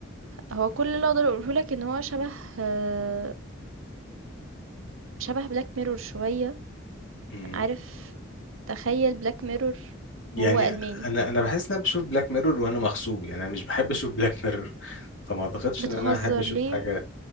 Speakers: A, on the right; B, on the left.
A: هو كل اللي أقدر أقوله لك إن هو شبه آه، شبه black mirror شوية،
B: نوعه
A: عارف تخيّل black mirror
B: يعني
A: وهو ألماني،
B: انا انا بحس ان انا بشوف بلاك ميرور وانا مغصوب يعني انا مش بحب اشوف بلاك ميرور <laughs> فما اعتقدش
A: بتهزر
B: ان انا احب اشوف
A: ليه؟
B: حاجه